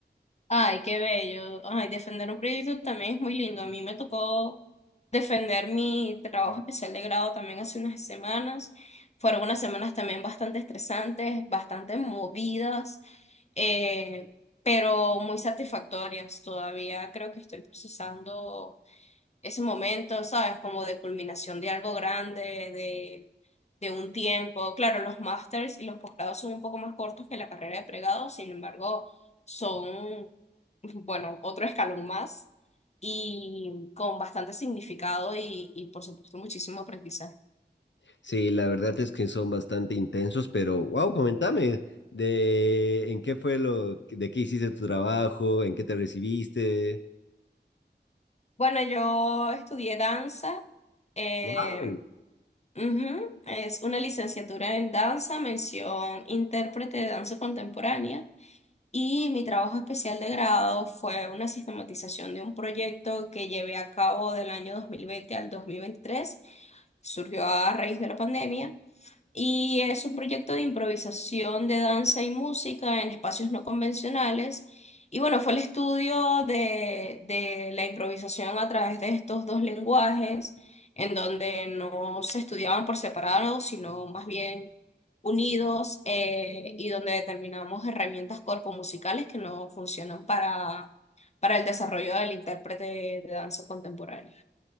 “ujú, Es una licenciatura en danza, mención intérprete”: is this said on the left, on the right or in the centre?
Left